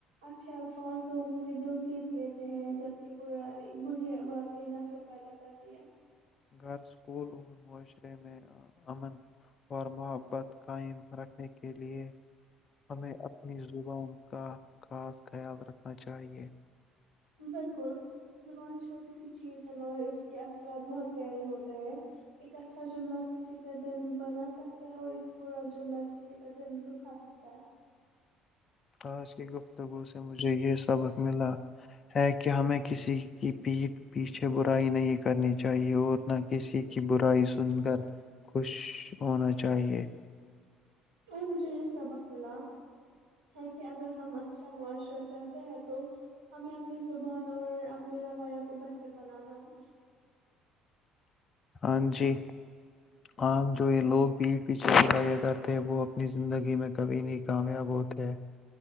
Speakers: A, on the right (about 80°); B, on the left (about 35°).
A: اچھے الفاظ لوگوں کے دل جیت لیتے ہیں جبک برا بری باتیں نفرت پیدا کرتی ہے
B: گھر اسکول اور معاشرے میں امن اور محبت قائم رکھنے کے لیے ہمیں اپنی زبان کا خاص خیال رکھنا چاہیے
A: بالکل زبان چھوٹی سی چیز ہے مگر اس کے اثرات بہت گہرے ہوتے ہیں ایک اچھا جملہ کسی کا دن بنا سکتا ہے اور ایک برا جملہ کسی کا دن دکھا سکتا ہے
B: خاص کی گفتگو سے مجھے یہ سبق ملا ہے کہ ہمیں کسی کی پیھ پیچھے برائی نہیں کرنی چاہیے اور نہ کسی کی برائی سن کر خوش ہونا چاہئے
A: اور مجھے یہ سبق ملا ہے کہ اگر ہم اچھا معاشرہ چاہتے ہیں تو ہمیں اپنی زبان اور اپنے رویہ کو بہتر بنانا ہوگا
B: ہاں جی عام جو یہ لوگ بھیڑھ پیچھے بلایا کرتے ہیں وہ اپنی زندگی میں کبھی نہیں کامیاب ہوتے ہیں